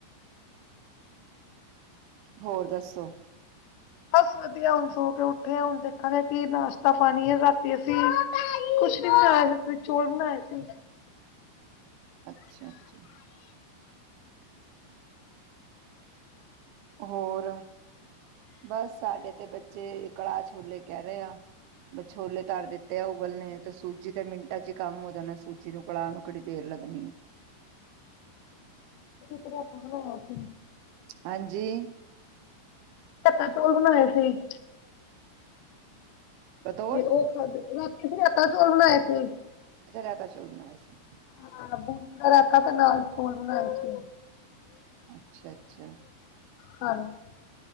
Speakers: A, on the right; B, on the left.
A: ਹੋਰ ਦੱਸੋ
B: ਬਸ ਵਧੀਆ ਹੁਣ ਸੋ ਕੇ ਉੱਠੇ ਆ ਹੁਣ ਦੇਖਾਂਗੇ ਕੀ ਨਾਸ਼ਤਾ ਪਾਣੀ ਹੈ ਰਾਤੀ ਵਾਸ ਕੁਛ ਨੀ ਬਣਾਇਆ। ਫਿਰ ਚੋਲ ਬਣਾਏ ਸੀ।
A: ਅੱਛਾ ਅੱਛਾ ਹੋਰ ਬਸ ਸਾਡੇ ਤੇ ਬੱਚੇ ਕੜਾਹ ਛੋਲੇ ਕਹਿ ਰਹੇ ਆ ਬ ਛੋਲੇ ਤਰ ਦਿੱਤੇ ਆ ਉਬਲ ਨੇ ਤੇ ਸੂਜੀ ਤੇ ਮਿੰ ਕੰਮ ਨਾ ਸੂਜੀ ਨੂੰ ਨੂੰ ਦੇਰ ਲੱਗਣੀ ਆ
B: ਆਪ ਬਣਾ ਸੀ
A: ਹਾਂਜੀ
B: ਧੱਕਾ ਚੋਲ ਬਣਾਏ ਸੀ।
A: ਪਤੋੜ
B: ਤੇ ਉਹ ਖਾਧ ਰ ਂ ਰਾਤਾਂ ਚੋਲ ਬਣਾਏ ਸੀ।
A: ਅੱਛਾ ਰਾਇਤਾ ਚੌਲ ਬਣਾਏ ਸੀ।
B: ਹਾਂ ਬੂੰਦੀ ਦਾ ਰਹਿਖ ਤੇ ਨਾਲ ਚੋਲ ਬਣਾਏ ਸੀ।
A: ਅੱਛਾ ਅੱਛਾ,
B: ਕਰੋ ।